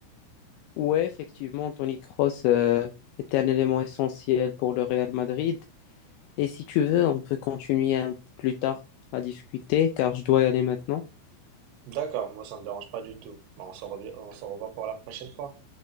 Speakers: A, on the left; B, on the right.
A: Ouais, effectivement, Tony Kroos euh, était un élément essentiel pour le Real Madrid. Et si tu veux, on peut continuer un- plus tard à discuter, car je dois y aller maintenant.
B: D'accord, moi ça me dérange pas du tout. Bah, on se revi- on se revoit pour la prochaine fois.